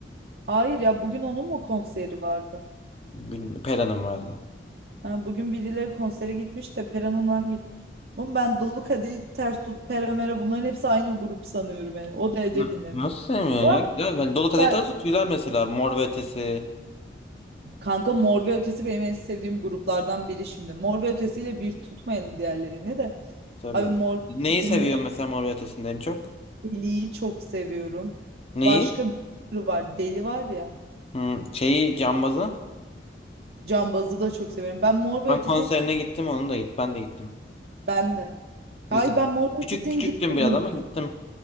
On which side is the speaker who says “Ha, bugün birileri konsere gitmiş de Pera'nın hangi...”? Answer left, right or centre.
Right